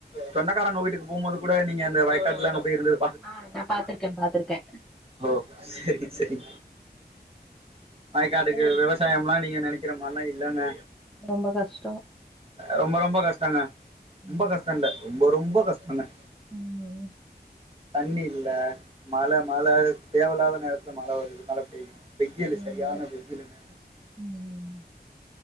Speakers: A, on the right; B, in the centre.
A: சொந்தக்காரங்க வீட்டுக்கு போகும் போது கூட நீங்க இந்த வயக்காட்டுல அங்க போய் இருந்து
B: ஆ நா பாத்திருக்கே பாத்திருக்கே
A: ஓ செரி செரி வயக்காட்டுக்கு
B: இதா
A: விவசாயம்லா நீங்க நனைக்கிற மாரில்லா இல்லைங்க
B: ரொம்ப கஷ்டோ
A: ரொம்ப ரொம்ப கஷ்டங்க ரொம்ப
B: ஆமா
A: கஷ்ட இல்ல ரொம்ப ரொம்ப கஷ்டங்க
B: ம்
A: தண்ணி இல்ல மழ மழ தேவல்லாத நேரத்துல மழ வருது மழ பெய்யு வெயில்
B: ம்
A: சரியான வெயிலுங்க
B: ம்